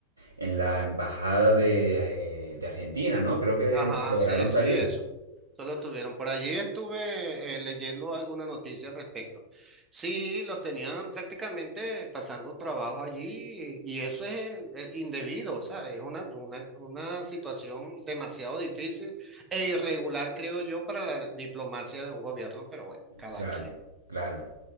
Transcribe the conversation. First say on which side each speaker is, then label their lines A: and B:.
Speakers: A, on the right; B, on the right.
A: en la embajada de, eh, de Argentina, ¿no? Creo que
B: ajá,
A: lograron
B: sí, sí,
A: salir.
B: eso. Solo tuvieron. Por allí estuve eh, leyendo alguna noticia al respecto. Sí, los tenían prácticamente pasando trabajo allí y, y eso es eh, eh, indebido, ¿sabes? Es una, una, una situación demasiado difícil e irregular, creo yo, para la diplomacia de un gobierno, pero bueno, cada
A: Claro,
B: quien.
A: claro.